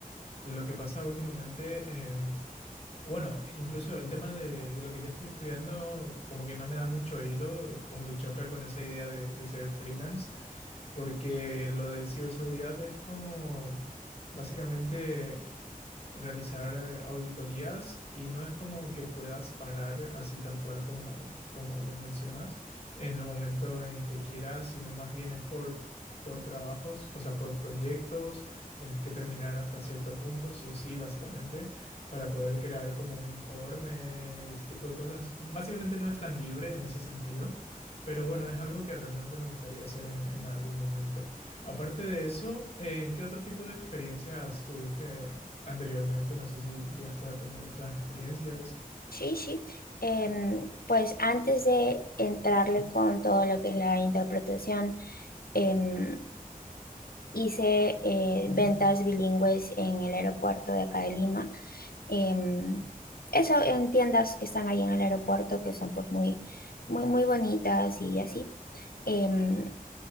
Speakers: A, on the left (about 45°); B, on the left (about 80°).
A: lo que pasa últimamente, em, Bueno, incluso el tema de, de lo que yo estoy estudiando como que no me da mucho hilo, como que choca con esa idea de, de ser freelance, porque lo de ciberseguridad es como básicamente realizar eh, auditorías y no es como que puedas parar así tal cual como, como lo mencionas en el momento en que quieras, sino más bien es por, por trabajos, o sea, por proyectos, tenés que terminar hasta cierto punto, sí o sí, básicamente, para poder crear como un informe y ese tipo de cosas. Básicamente no es tan libre en ese sentido. Pero bueno, es algo que realmente me gustaría hacer en en algún momento. Aparte de eso, eh, ¿en qué otro tipo de experiencias tuviste anteriormente? No sé si llegaste a tener otras experiencias.
B: Sí, sí. Em, pues antes de entrarle con todo lo que es la interpretación, em, hice eh, ventas bilingües en el aeropuerto de acá de Lima. em, eso en tiendas que están ahí en el aeropuerto, que son pues muy, muy, muy bonitas y así. Em,